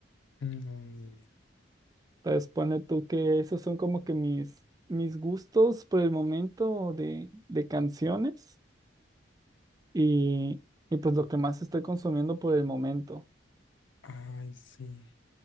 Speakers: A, on the left; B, on the right.
A: No, ni idea.
B: Entonces, ponle tú que esos son como que mis, mis gustos por el momento de, de canciones y, y pues lo que más estoy consumiendo por el momento.
A: Ay, sí.